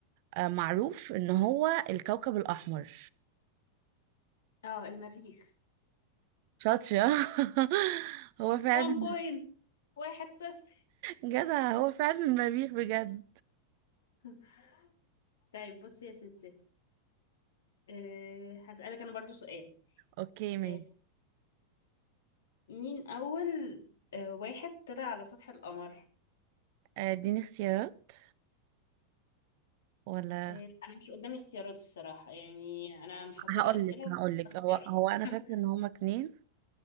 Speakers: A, on the right; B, on the left.
A: آه، معروف ان هو الكوكب الاحمر
B: اه المريخ
A: شاطرة <laughs> هو فعلا
B: 1 بوينت واحد صفر
A: جدع هو فعلا المريخ بجد
B: <laughs> طيب بصي يا ستي أه هسألك انا برضو سؤال
A: اوكي ماشي
B: أه مين اول أه واحد طلع على سطح القمر
A: آه، اديني اختيارات ولا
B: أه انا مش قدامي اختيارات الصراحة يعني انا محضرة
A: هقول
B: اسئلة
A: لك هقول لك
B: واختيارات
A: هو هو انا
B: <laughs>
A: فاكره ان هما اتنين